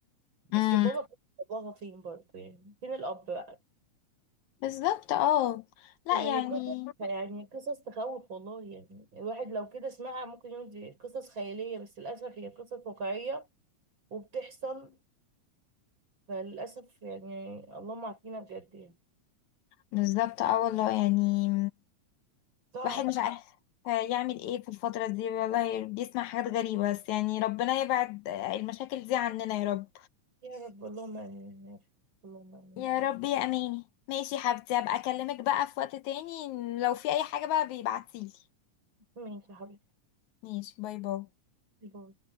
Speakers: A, on the right (about 40°); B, on the left (about 75°).
A: بس
B: امم
A: بابا باباها فين برضه يعني فين الاب بقى
B: بالظبط اه لا
A: يعني
B: يعني
A: قصص يعني قصص تخوف والله يعني الواحد لو كده سمعها ممكن يقول دي قصص خيالية بس للأسف هي قصص واقعية وبتحصل فللأسف يعني اللهم عافينا بجد يعني
B: بالظبط اه والله يعني
A: صعب
B: واحد مش عارف يعمل ايه في الفترة دي والله بيسمع حاجات غريبة بس يعني ربنا يبعد المشاكل دي عننا يا رب
A: يا رب اللهم آمين يا رب. اللهم آمين
B: يا
A: طيب،
B: رب يا اماني ماشي يا حبيبتي هبقى اكلمك بقى في وقت تاني لو في اي حاجة بقى بيبعتيلي
A: ماشي يا حبيبتي
B: ماشي باي باي
A: باي.